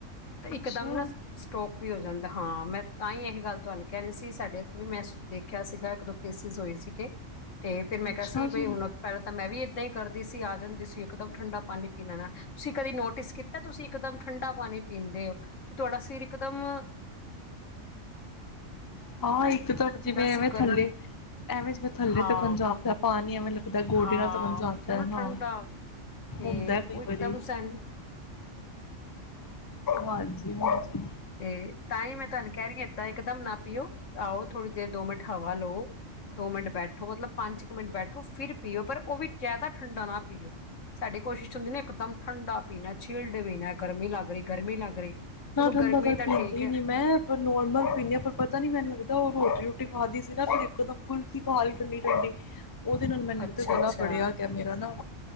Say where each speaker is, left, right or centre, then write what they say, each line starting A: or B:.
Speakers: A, on the left; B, on the left.
A: ਤੇ
B: ਅੱਛਾ
A: ਇਕਦਮ ਨਾ ਸਟੋਕ ਵੀ ਹੋ ਜਾਂਦਾ ਹਾਂ, ਮੈਂ ਤਾਂ ਹੀ, ਇਹ ਗੱਲ ਤੁਹਾਨੂੰ ਕਹਿਣੀ ਸੀ। ਸਾਡੇ ਇੱਥੇ ਵੀ ਮੈਂ ਦੇਖ ਦੇਖਿਆ ਸੀਗਾ ਇੱਕ ਦੋ ਕੇਸਿਸ ਹੋਏ ਸੀਗੇ, ਤੇ, ਫੇਰ ਮੈਂ
B: ਅੱਛਾ
A: ਕਿਹਾ ਸੀ ਬਈ
B: ਜੀ
A: ਹੁਣ ਪਹਿਲਾਂ ਤਾਂ, ਮੈਂ, ਵੀ ਤੇ ਕਰਦੀ ਸੀ। ਆ ਜਾਂਦੀ ਤੁਸੀਂ ਇੱਕਦਮ ਠੰਡਾ ਪਾਣੀ -ਪੀਣਾ ਨਾ, ਤੁਸੀਂ ਕਦੇ ਨੋਟਿਸ ਕੀਤਾ, ਤੁਸੀਂ ਇਕਦਮ ਠੰਡਾ ਪਾਣੀ ਪੀਂਦੇ ਹੋ, ਤੇ, ਤੁਹਾਡਾ ਸਿਰ ਇੱਕ ਦਮ
B: ਹਾਂ, ਇੱਕ ਤਾਂ ਜਿਵੇਂ
A: ਜਿੱਦਾਂ ਅਸੀਂ
B: ਐਵੇਂ
A: ਗਰਮੀ
B: ਥੱਲੇ ਐਵੇਂ ਜਿਵੇਂ ਥੱਲੇ
A: ਹਾਂ
B: ਤੱਕਣ ਜਾਂਉਦਾ, ਪਾਣੀ ਐਵੇਂ ਲੱਗਦਾ ਗੋਡਿਆਂ
A: ਹਾਂ
B: ਤੋਂਕਣ ਜਾਦਾ
A: ਮਤਲਬ ਨਾ ਠੰਡਾ
B: ਹਾਂ
A: ਤੇ
B: ਹੁੰਦਾ ਕਈ
A: ਉਹ ਇਕਦਮ
B: ਵਾਰੀ
A: ਸਾਨੂੰ
B: ਹਾਂਜੀ-ਹਾਂਜੀ।
A: ਤੇ ਤਾਂ ਹੀ ਮੈਂ ਤੁਹਾਨੂੰ ਕਹਿ ਰਹੀ ਹਾਂ, ਏਦਾਂ ਇੱਕ ਦਮ ਨਾ ਪੀਓ, ਆਓ ਥੋੜ੍ਹੀ ਦੇਰ ਦੋ ਮਿੰਟ ਹਵਾ ਲਓ, ਦੋ ਮਿੰਟ ਬੈਠੋ ਮਤਲਬ ਪੰਜ ਕੁ ਮਿੰਟ ਬੈਠੋ, ਫਿਰ ਪੀਓ ਪਰ ਉਹ ਵੀ ਜ਼ਿਆਦਾ ਠੰਡਾ ਨਾ ਪੀਓ। ਸਾਡੀ ਕੋਸ਼ਿਸ਼ 'ਚ ਹੁੰਦੀ ਨਾ, ਇਕ ਇੱਕਦਮ ਠੰਡਾ ਪੀਣੈ ਚਿਲਡ ਪੀਣੈ ਗਰਮੀ ਲੱਗ ਰਹੀ ਗਰਮੀ ਲੱਗ ਰਹੀ ਚਲੋ।
B: ਠੰਢਾ
A: ਗਰਮੀ
B: ਤਾਂ ਪੀਂਦੀ
A: ਠੀਕ ਹੈ
B: ਨੀਂ ਮੈਂ ਪਰ ਨੋਰਮਲ ਪੀਂਣੀ ਆਂ ਪਰ ਪਤਾ ਨੀਂ ਮੈਨੂੰ ਲੱਗਦਾ ਉਹ ਰੋਟੀ ਰੂ ਰਟੀ ਖਾਧੀ ਸੀ ਨਾ ਫਿਰ ਇੱਕੋਦਮ ਕੁਲਫੀ ਖਾ ਲੀ ਠੰਡੀ ਠੰਡੀ। ਉਹਦੇ ਨਾਲ ਮੈਨੂੰ ਲਗਦੈ
A: ਅੱਛਾ ਅੱਛਾ
B: ਗਲਾ ਫੜਿਆ ਗਿਆ ਮੇਰਾ ਨਾਂ